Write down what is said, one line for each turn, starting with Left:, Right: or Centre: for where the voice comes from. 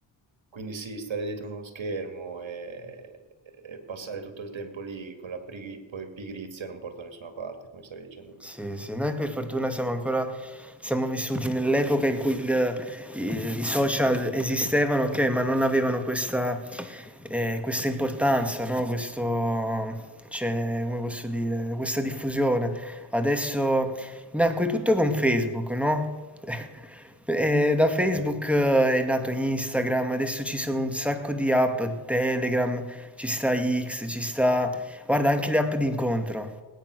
Right: Quindi sì, stare dietro uno schermo e, e passare tutto il tempo lì con la pigri- poi pigrizia non porta da nessuna parte, come stavi dicendo tu.
Centre: Sì, sì, noi per fortuna siamo ancora siamo vissuti nell'epoca in cui il i i social esistevano, okay, ma non avevano questa ehm, questa importanza, no, questo cioè, come posso dire, questa diffusione. Adesso nacque tutto con Facebook, no, <laughs> ehm, da Facebook
Right: Davvero?
Centre: eh, è nato Instagram, adesso ci sono un sacco di app, Telegram, ci sta X, ci sta guarda anche le app d'incontro.